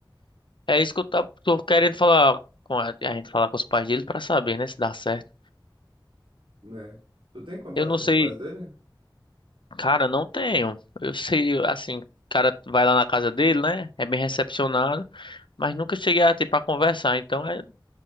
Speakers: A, on the left (about 75°); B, on the right (about 80°).
A: É isso que eu tá- tô, querendo falar com a, a gente falar com os pais dele pra saber, né, se dá certo.
B: né? Tu tem contato
A: Eu não
B: com
A: sei.
B: os pais dele?
A: Cara, não tenho. Eu sei, assim, o cara vai lá na casa dele, né? É bem recepcionado, mas nunca cheguei a ter pra conversar. Então, é,